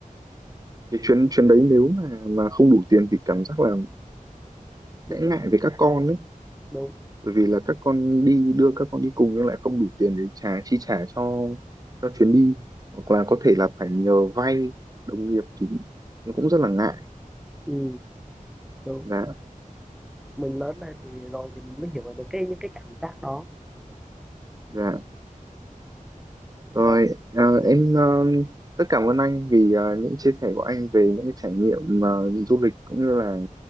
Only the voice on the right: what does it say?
cái chuyến chuyến đấy nếu mà mà không đủ tiền thì cảm giác là
sẽ
ngại với các con ấy
bởi vì là các con đi đưa các con đi cùng nhưng lại không đủ tiền để trả chi trả cho cho chuyến đi hoặc là có thể là phải nhờ vay đồng nghiệp thì nó cũng rất là ngại
dạ
dạ Rồi,
ờ, em ờ, rất cảm ơn anh vì ờ, những chia sẻ của anh về những cái trải nghiệm ờ, du lịch cũng như là